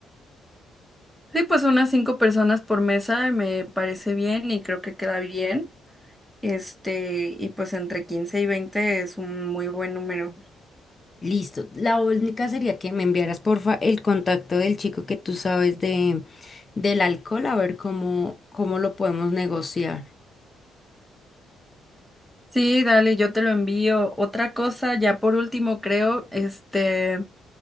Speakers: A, in the centre; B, on the left (about 30°).
A: Sí, pues unas cinco personas por mesa me parece bien y creo que queda bien. Este, y pues entre 15 y 20 es un muy buen número.
B: listo. La única sería que me enviaras porfa el contacto del chico que tú sabes de del alcohol, a ver cómo, cómo lo podemos negociar.
A: Sí, dale, yo te lo envío. Otra cosa, ya por último, creo, este,